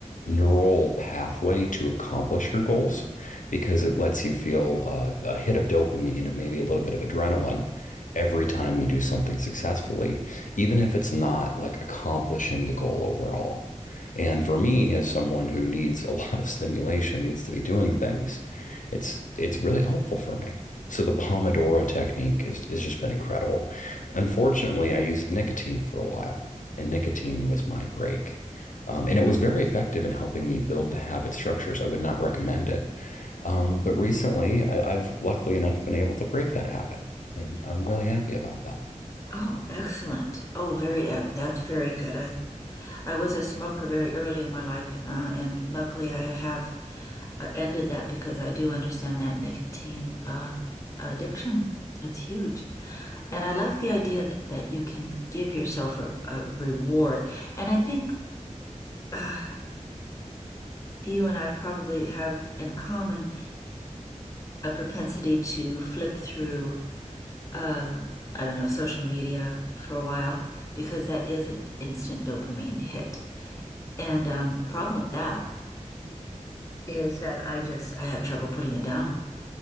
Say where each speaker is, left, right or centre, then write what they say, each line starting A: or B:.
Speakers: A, on the left; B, on the left.
A: neural pathway to accomplish your goals because it lets you feel uh, a hit of dopamine and maybe a little bit of adrenaline every time you do something successfully, even if it's not like accomplishing the goal overall. And for me, as someone who needs a <laughs> lot of stimulation, needs to be doing things, it's it's really helpful for me. So the Pomodoro technique is has just been incredible. Unfortunately, I used nicotine for a while, and nicotine was my break. Um, and it was very effective in helping me build the habit structures. I would not recommend it. Um, but recently, I, I've luckily enough been able to break that habit, and I'm really happy about that.
B: Oh, excellent. Oh, very, e- that's very good. I I was a smoker very early in my life, uh, and luckily I have uh, ended that because I do understand that nicotine uh, addiction. It's huge. And I like the idea that, that you can give yourself a, a reward. And I think uh, you and I probably have in common a propensity to flip through, uh, I don't know, social media for a while because that is an instant dopamine hit. And um, problem with that is that I just I have trouble putting it down.